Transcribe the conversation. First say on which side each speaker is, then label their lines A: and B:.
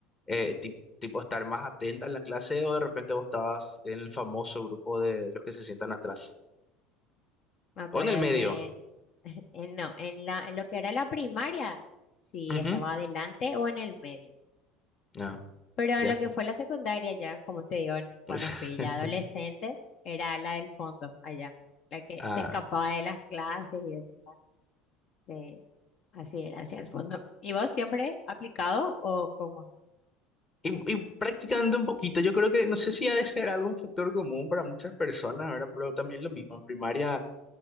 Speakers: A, on the left; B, on the left.
A: eh, ti- tipo estar más atenta en la clase o de repente vos estabas en el famoso grupo de los que se sientan atrás?
B: Me acuerdo
A: ¿O en el medio?
B: que, <laughs> en- no, en la, en lo que era la primaria, sí,
A: Ujú.
B: estaba adelante o en el medio.
A: No,
B: Pero en
A: ya.
B: lo que fue la secundaria ya, como te digo, en-
A: <laughs>
B: cuando fui ya adolescente, era la del fondo allá, la que
A: Ah,
B: se escapaba de las clases y eso, ¿verdad? Sí, así era, hacia el fondo. ¿Y vos siempre aplicado o cómo?
A: y, y practicando un poquito, yo creo que no sé si ha de ser algún factor común para muchas personas, ¿verdad? Pero también lo mismo, en primaria